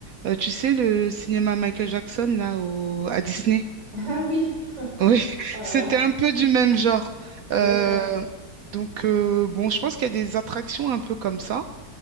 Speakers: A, on the right (about 65°); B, on the right (about 80°).
A: euh, tu sais, le cinéma Michael Jackson, là, au, à Disney.
B: Ah oui!
A: Oui, <laughs>
B: Oh
A: c'était
B: là là,
A: un peu du même genre. Euh,
B: d'accord.
A: donc, euh, bon, je pense qu'il y a des attractions un peu comme ça.